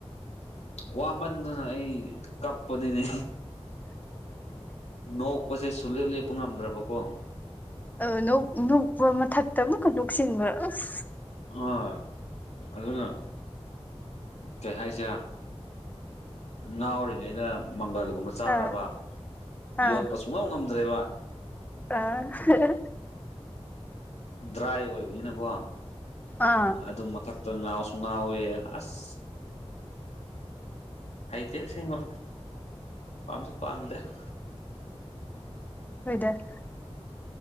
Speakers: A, on the left (about 85°); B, on the left (about 15°).
A: ꯋꯥꯃꯟꯗꯅ ꯑꯩ ꯀꯞꯄꯅꯤꯅꯦ ꯅꯣꯛꯄꯁꯨ ꯁꯨꯡꯂꯦꯞ ꯂꯦꯞꯄ ꯉꯝꯗ꯭ꯔꯕꯀꯣ
B: ꯑ ꯅꯣꯛꯄ ꯃꯊꯛꯇ ꯑꯃꯨꯛꯀ ꯅꯣꯛꯁꯤꯟꯕ‌ ꯑꯁ
A: ꯑ ꯑꯗꯨꯅ ꯀꯩ ꯍꯥꯏꯁꯤꯔꯥꯅꯩ ꯉꯎꯔꯤꯉꯩꯗ ꯃꯪꯒꯜꯒꯨꯝꯕ ꯆꯥꯅꯕ
B: ꯑꯥ ꯑꯥ
A: ꯌꯣꯠꯄ ꯁꯨꯡꯉꯝ ꯉꯝꯗ꯭ꯔꯦꯕꯥ
B: ꯑꯥ ꯍꯥ ꯍꯥ
A: ꯗ꯭ꯔꯥꯏ ꯑꯣꯏꯕꯅꯤꯅ ꯀꯣ
B: ꯑꯥ
A: ꯑꯗꯨ ꯃꯊꯛꯇ ꯉꯥꯎꯁꯨ ꯉꯥꯎꯏ ꯑꯁ ꯍꯩꯇꯦ ꯑꯁꯦꯡꯕ ꯄꯥꯝꯁꯨ ꯄꯥꯝꯗꯦ ꯑꯥꯁ
B: ꯍꯣꯏꯗꯥ ꯑꯗꯨꯅꯩ